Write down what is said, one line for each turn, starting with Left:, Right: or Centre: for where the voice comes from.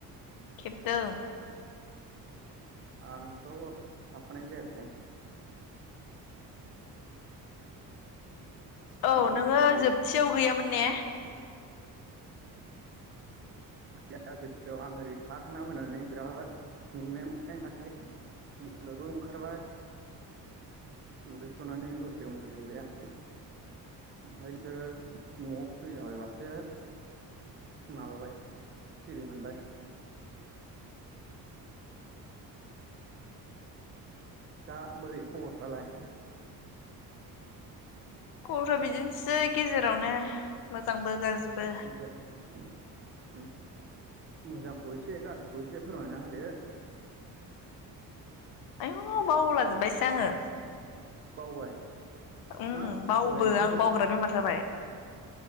Left: खेबदों
Right: आंहाथ' थाफानाय जायासै
Left: <inaudible> औ
Right: आं ओरै
Left: नोङो जोबथियाव गैयामोन ने
Right: जोबथियाव आं ओरै साहा थांना फैनानै बिराद मेंनाय मोननायनोबो <inaudible> ओंखारबाय दुगैस'नानै दसे उन्दुहैबाय आं ओमफ्राय बिसोरो न'आव फैलाबायबासो माबाबाय सिरि मोनबाय दा बोरै हर जालाय
Left: खबरा बिदिनोसै। गेजेरावनो मोजांबो गाज्रिबो।
Right: गेजेरावनो उम मोजांखौ एसे गाज्रि खौ एसे फोरमायना होदो।
Left: आयौ बावलाजोबबायसो आङो।
Right: बावबाय।
Left: उम
Right: हाब
Left: बावबो
Right: दहाय ओंखामखौ
Left: आं बावग्रा बेमार जाबाय